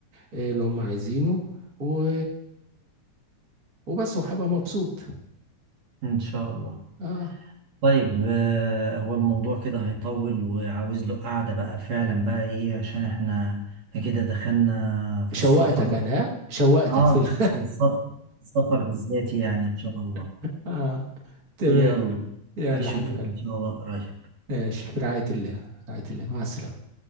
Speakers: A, on the right; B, on the right.
A: آه، اللي هم عايزينه و وبس وهبقى مبسوط
B: إن شاء الله
A: اه
B: طيب آه، هو الموضوع كده هيطول وعاوز له قعدة بقى فعلا بقى إيه عشان إحنا احنا كده دخلنا في
A: شوقتك
B: السفر
A: انا ها؟ شوقتك
B: اه
A: في ال...
B: لا والسفر السفر بالذات يعني ان شاء الله
A: <laughs> اه تمام
B: يلا
A: يلا
B: اشوفك
A: حبيب قلبي
B: ان شاء الله قريب
A: ماشي في رعاية الله في رعاية الله مع السلامة